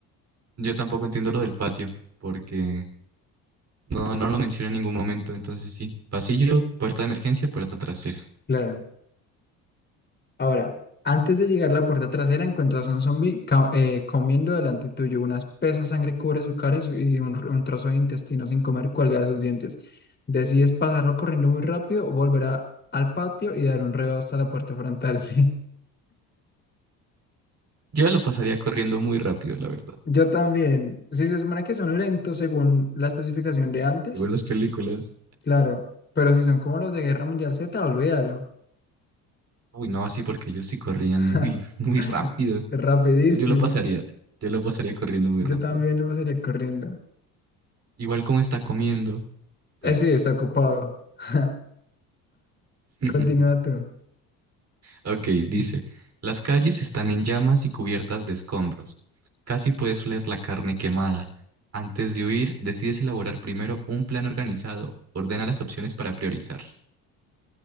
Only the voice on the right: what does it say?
Yo tampoco entiendo lo del patio, porque no, no lo menciona en ningún momento, entonces sí. Pasillo, puerta de emergencia, puerta trasera.
Yo lo pasaría corriendo muy rápido, la verdad.
Según las películas.
Uy, no, sí, porque ellos sí corrían
muy, <laughs> muy rápido.
Entonces yo lo pasaría, yo lo pasaría corriendo muy
rápido.
Igual como está comiendo, pues
<laughs>
Ok, dice, las calles están en llamas y cubiertas de escombros. Casi puedes oler la carne quemada. Antes de huir, decides elaborar primero un plan organizado. Ordena las opciones para priorizar.